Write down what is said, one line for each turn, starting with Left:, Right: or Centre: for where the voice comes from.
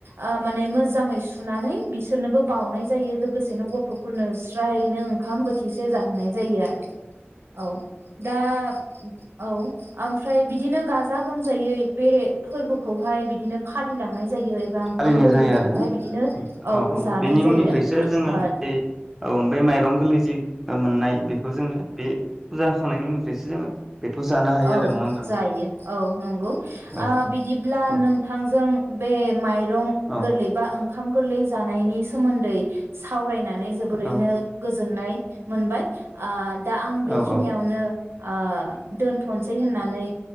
Right: आ माने मोज जाङै सुनानै बि सोरनोबो बाउनाय जायो लोगोसेनो गथ'फोरनो स्रायनो ओंखाम बोथि थिसे जाहोनाय जायो आरो। औ दा औ ओमफ्राय बिदिनो गाजा गोमजायै बे फोरबोखौहाय बिदिनो फालिलांनाय जायो। एबा ओंखाम
Centre: फालिनाय
Right: गोरलैखौहाय
Centre: जायो आरोना
Right: बिदिनो
Centre: उम औ औ
Right: जानाय
Centre: बेनि
Right: जायो
Centre: उननिफ्रायसो जोङो
Right: ओ
Centre: बे औ बे माइरं गोरलै जि मोननाय बेखौ जोङो बे फुजा होखांनायनि उनफ्रायसो जोङो बेखौ जानो हायो
Right: औ
Centre: आरो नङा होमबा नोंथां
Right: जायो औ नंगौ
Centre: औ
Right: आ
Centre: औ
Right: बिदिब्ला
Centre: औ
Right: नोंथांजों बे माइरं
Centre: औ
Right: गोरलैबा ओंखाम गोरलै जानायनि सोमोन्दै सावरायना नै जोबोरैनो
Centre: औ
Right: गोज जोननाय मोनबाय आ दा आं
Centre: औ
Right: बेखिनियावनो
Centre: औ
Right: आ दोन थनसै होननानै